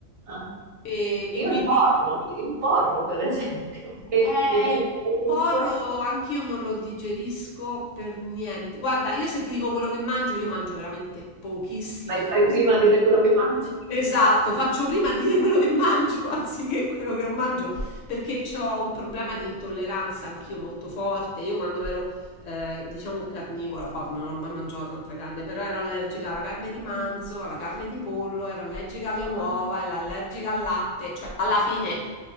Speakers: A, on the right; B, on the left.
A: ah,
B: E,
A: Io
B: e quindi
A: il porro, il porro per esempio, <laughs> che
B: eh,
A: viene messo
B: il
A: ovunque,
B: porro anch'io non lo digerisco per niente. Guarda, io se ti dico quello che mangio, io mangio veramente pochissime
A: fai, fai
B: cose.
A: prima a dire quello che mangi. <laughs>
B: Esatto,
A: che-
B: faccio prima a dire quello che mangio <laughs> anziché quello che non mangio, perché ho un problema di intolleranza anch'io molto forte. Io quando ero, eh, diciamo, carnivora, poi non ho mai mangiato tanta carne, però ero allergica alla carne di manzo, alla carne di pollo, ero allergica alle
A: Ah,
B: uova, ero allergica al latte, cioè alla fine